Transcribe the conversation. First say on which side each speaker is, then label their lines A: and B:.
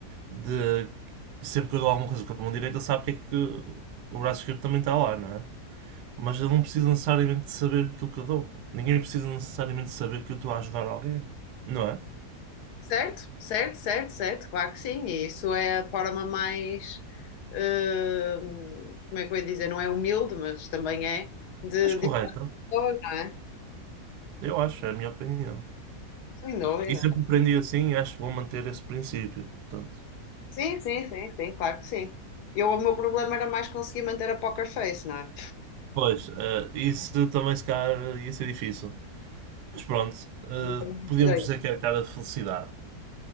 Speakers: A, on the right; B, on the left.
A: de sempre que eu dou alguma coisa com a mão direita, ele sabe que é que o braço esquerdo também está lá, não é? Mas ele não precisa necessariamente de saber aquilo que eu dou. Ninguém precisa necessariamente de saber que eu estou a ajudar alguém, não é?
B: Certo, certo, certo, certo, claro que sim. E isso é a forma mais, eh, como é que eu ia dizer, não é humilde, mas também é de,
A: Mas correta,
B: de pessoas, não é?
A: eu acho, é a minha opinião.
B: Sem dúvida.
A: E sempre aprendi assim e acho bom manter esse princípio, portanto.
B: Sim, sim, sim, sim, claro que sim. Eu, o meu problema era mais conseguir manter a poker face, não é?
A: Pois, eh, isso também se calhar ia ser difícil. Mas pronto, eh,
B: Não tenho muito
A: podíamos
B: jeito.
A: dizer que é a cara de felicidade.